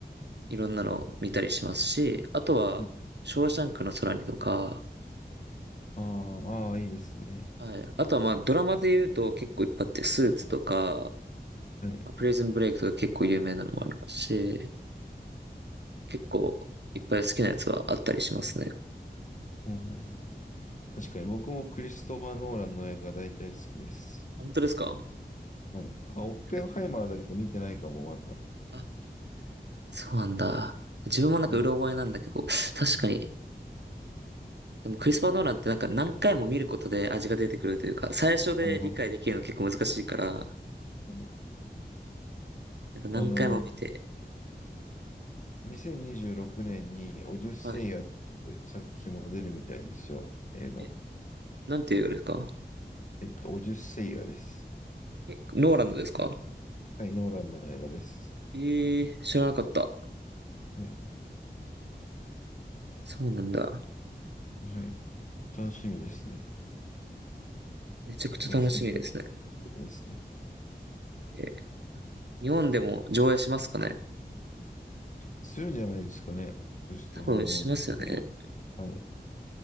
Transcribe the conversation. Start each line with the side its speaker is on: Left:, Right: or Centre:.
Right: いろんなのを見たりしますし、あとは、
Left: はい
Right: ショーシャンクの空にとか、
Left: あーあー、いいですね。
Right: はい。あとはまあ、ドラマで言うと結構いっぱいあって、スーツとか、
Left: はい。
Right: まあプレイズンブレイクとか結構有名なのもありますし、結構いっぱい好きなやつはあったりしますね。
Left: ほんほんほん確かに僕もクリストファー・ノーランの映画大体好きです。
Right: 本当ですか
Left: はい。あ、オッペンハイマーだけど見てないかも、
Right: なんか
Left: まだ。
Right: あ、そうなんだ。自分もなんかうろ覚えなんだけど、
Left: はい。
Right: 確かに。でもクリスパー・ノーランってなんか何回も見ることで味が出てくるというか、最初で理解できるの結構難しいから、
Left: わかります。はい。
Right: なんか何回も見て、
Left: あの、2026年にじゅうろくねんにオデュッセイアっていう作品も出るみたいですよ。
Right: はい。
Left: 映画。
Right: え、なんていう映画ですか
Left: えっと、オデュッセイアです。
Right: え、ノーランドですか
Left: はい、ノーランの映画です。
Right: ええー、知らなかった。
Left: はい。
Right: そうなんだ。
Left: はい。楽しみですね。
Right: めちゃくちゃ楽しみですね。
Left: 今、制作ですね。
Right: え、日本でも上映しますかね
Left: するんじゃないですかね。クリストファー・
Right: 多分しますよね。
Left: ノーランけど。はい。